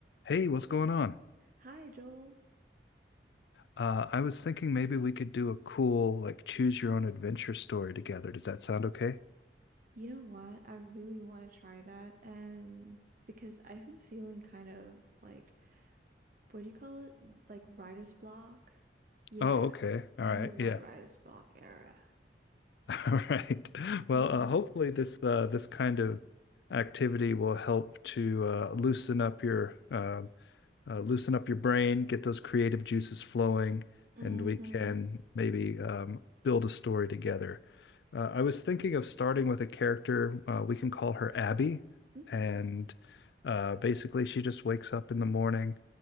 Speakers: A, on the left (about 70°); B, on the right (about 50°).
A: Hey, what's going on?
B: Hi, Joel.
A: Uh, I was thinking maybe we could do a cool, like, choose your own adventure story together. Does that sound okay?
B: You know what? I really want to try that. And because I've been feeling kind of like, what do you call it? Like writer's block? Yeah,
A: Oh, okay. All
B: I'm
A: right.
B: in my
A: Yeah.
B: writer's block era.
A: <laughs> All right.
B: Uh-huh.
A: Well, uh, hopefully this uh, this kind of activity will help to uh, loosen up your uh, uh, loosen up your brain, get those creative juices flowing,
B: Mm-hmm.
A: and we can maybe um, build a story together. Uh, I was thinking of starting with a character, uh, we can call her Abby.
B: Okay.
A: And uh, basically, she just wakes up in the morning